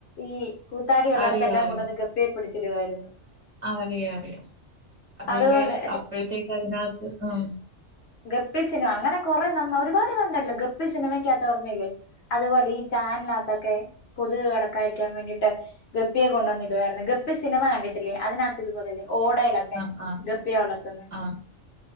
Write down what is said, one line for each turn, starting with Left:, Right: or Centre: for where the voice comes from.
Left: ഈ കൂത്താടി ഉള്ളടത്തെല്ലാം
Right: അറിയാം അറിയാം
Left: കൊണ്ടുവന്ന് ഗപ്പിയെ പിടിച്ചിടുവായിരുന്നു
Right: അറിയ അറിയാം അതേലെ
Left: അതുപോലെ
Right: അപ്പഴത്തേക്ക് അതിനകത്ത് ആ
Left: ഗപ്പി സിനിമ അങ്ങനെ കൊറേ നമ്മ ഒരുപാട് ഇത്ണ്ടല്ലോ ഗപ്പി സിനിമയ്ക്കകത്ത് ഓർമ്മയില്ലേ അതുപോലെ ഈ ചാനലകത്തൊക്കെ കൊതുക് കടക്കായിരിക്കാൻ വേണ്ടിട്ട് ഗപ്പിയെ കൊണ്ടങ്ങിടുവായിരുന്നു ഗപ്പി സിനിമ കണ്ടിട്ടില്ലേ അതിന ഇതുപോലല്ലെ ഓടയിലൊക്കെ
Right: ആ ആ
Left: ഗപ്പിയെ വളർത്തുന്നെ
Right: ആ